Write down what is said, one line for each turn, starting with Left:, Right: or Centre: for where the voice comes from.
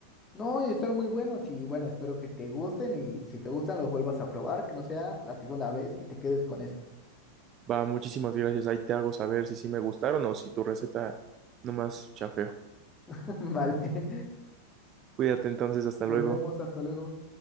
Left: No, y están muy buenos y bueno, espero que te gusten y si te gustan los vuelvas a probar, que no sea la segunda vez y te quedes con eso.
Right: Va, muchísimas gracias. Ahí te hago saber si sí me gustaron o si tu receta nomás chafeo.
Left: <laughs> Vale. <laughs>
Right: Cuídate entonces, hasta
Left: Nos
Right: luego.
Left: vemos, hasta luego.